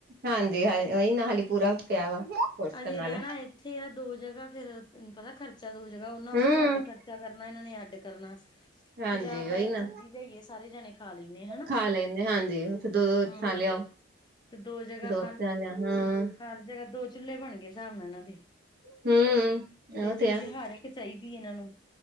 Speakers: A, on the right; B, on the left.
A: ਹਾਂਜੀ, ਹਾ ਇਹੀ ਨਾ ਹਾਲੀ
B: ਹੂੰ
A: ਪੂਰਾ ਪਿਆ ਵਾ ਕੋਰਸ
B: ਅਜੇ
A: ਕਰਨ
B: ਰਹਿਣਾ
A: ਆਲਾ।
B: ਇੱਥੇ ਆ ਦੋ ਜਗ੍ਹਾ ਫੇਰ ਤੈਨੂੰ ਪਤਾ ਖਰਚਾ ਦੋ ਜਗ੍ਹਾ ਓਨਾ
A: ਹੂੰ
B: ਉੱਥੇ ਅੱਡ ਖਰਚਾ ਕਰਨਾ ਇਹਨਾਂ ਨੇ ਅੱਡ ਕਰਨਾ।
A: ਹਾਂਜੀ
B: ਕਿ ਜਾਂ ਆਪਾਂ
A: ਉਹੀ
B: ਇੱਕ
A: ਨਾ
B: ਸਬਜ਼ੀ ਲਿਆਈਏ ਸਾਰੇ ਜਾਣੇ ਖਾ ਲੈਂਣੇ ਹਨਾ,
A: ਖਾ ਲੈਂਦੇ ਹਾਂਜੀ ਉੱਥੇ ਦੋ
B: ਹੂੰ।
A: ਥਾਂ ਲਿਆਓ
B: ਤੇ ਦੋ ਜਗ੍ਹਾ ਹਰ
A: ਥਾਂ ਲਿਆ ਹਾਂ
B: ਹਰ ਜਗ੍ਹਾ ਦੋ ਚੂਲੇ ਬਣ ਗਏ ਹਿਸਾਬ ਨਾਲ ਇਹਨਾਂ ਦੇ,
A: ਹੂੰ
B: ਤੇ
A: ਉਹ
B: ਚੀਜ਼
A: ਆ
B: ਹਰ ਕਿ ਚਾਹੀਦੀ ਇਹਨਾਂ ਨੂੰ